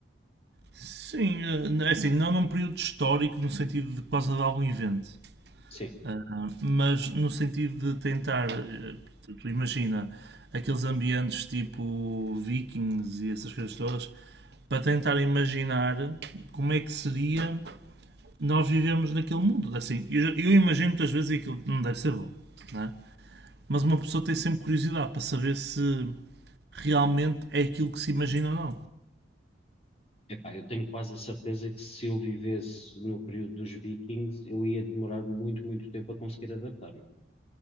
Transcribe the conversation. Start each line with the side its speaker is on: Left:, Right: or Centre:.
Right: sim, eh, é assim, não num período histórico no sentido de por causa de algum evento,
Left: Sim.
Right: ah, mas no sentido de tentar, eh, tu tu imagina, aqueles ambientes tipo vikings e essas coisas todas, para tentar imaginar como é que seria nós vivemos naquele mundo. É Assim, eu, já- eu imagino muitas vezes e aquilo não deve ser bom, não é? mas uma pessoa tem sempre curiosidade para saber se realmente é aquilo que se imagina ou não.
Left: Epá, eu tenho quase a certeza que se eu vivesse no período dos Vikings, eu ia demorar muito, muito tempo a conseguir adaptar-me.